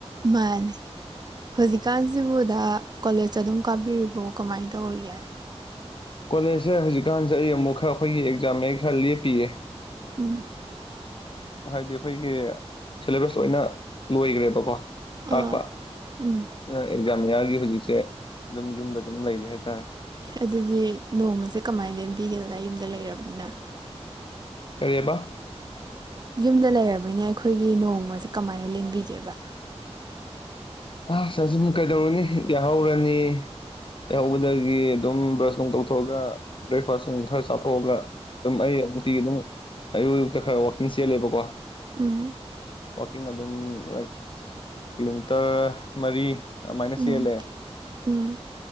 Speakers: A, on the right; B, on the left.
A: ꯃꯥꯅꯦ ꯍꯧꯖꯤꯛꯀꯥꯟꯖꯤꯕꯨ ꯗꯥ ꯀꯣꯂꯦꯖ ꯑꯗꯨꯝ ꯀꯥꯕꯤꯔꯤꯕꯣ ꯀꯃꯥꯏ ꯇꯧꯔꯤꯒꯦ
B: ꯀꯣꯂꯦꯖꯁꯦ ꯍꯧꯖꯤꯛꯀꯥꯟꯖꯦ ꯑꯩ ꯑꯃꯨꯛ ꯈꯥ ꯑꯈꯣꯏꯒꯤ ꯑꯦꯛꯖꯥꯝ ꯃꯌꯥ ꯈꯥ ꯂꯦꯞꯄꯤꯌꯦ꯫
A: <inaudible>
B: ꯍꯥꯏꯗꯤ ꯑꯈꯣꯏꯒꯤ ꯁꯦꯂꯦꯕ꯭ꯁ ꯂꯣꯏꯅ ꯂꯣꯏꯒ꯭ꯔꯦꯕꯀꯣ꯫
A: ꯑꯥ
B: ꯇꯥꯛꯄ
A: ꯎꯝ
B: ꯑꯗꯨꯅ ꯑꯦꯛꯖꯥꯝ ꯃꯌꯥ ꯑꯩ ꯍꯧꯖꯤꯛꯁꯦ ꯑꯗꯨꯝ ꯌꯨꯝꯗ ꯑꯗꯨꯝ ꯂꯩꯔꯤ ꯍꯥꯏꯇꯥꯔꯦ꯫
A: ꯑꯗꯨꯗꯤ ꯅꯣꯡꯃꯁꯦ ꯀꯃꯥꯏꯅ ꯂꯦꯟꯕꯤꯒꯦꯗꯅ ꯌꯨꯝꯗ ꯂꯩꯔꯕꯅꯤꯅ?
B: ꯀꯔꯤꯕ?
A: ꯌꯨꯝꯗ ꯂꯩꯔꯕꯅꯤꯅ ꯑꯩꯈꯣꯏꯒꯤ ꯅꯣꯡꯃꯁꯦ ꯀꯃꯥꯏꯅ ꯂꯦꯡꯕꯤꯒꯦꯕ?
B: ꯑ ꯁꯔꯖꯨ ꯀꯩꯗꯧꯔꯅꯤ ꯌꯥꯍꯧꯔꯅꯤ ꯌꯥꯍꯧꯕꯗꯒꯤ ꯑꯗꯨꯝ ꯕ꯭ꯔꯁ ꯅꯨꯡ ꯇꯧꯊꯣꯛꯑꯒ ꯕ꯭ꯔꯦꯛꯐꯥꯁ ꯅꯨꯪ ꯈꯔ ꯆꯥꯊꯣꯛꯑꯒ ꯑꯗꯨꯝ ꯑꯩ ꯅꯨꯡꯇꯤꯒꯤ ꯑꯗꯨꯝ ꯑꯌꯨꯛ- ꯑꯌꯨꯛꯇ ꯈꯔ ꯋꯥꯛꯀꯤꯡ ꯆꯦꯜꯂꯦꯕꯀꯣ
A: ꯎꯝ꯫
B: ꯋꯥꯀꯤꯡ ꯑꯗꯨꯝ ꯂꯥꯏꯛ ꯀꯤꯂꯣꯃꯤꯇꯔ ꯃꯔꯤ ꯑꯗꯨꯃꯥꯏꯅꯆꯦꯜ
A: ꯎꯝ
B: ꯂꯦ꯫
A: ꯎꯝ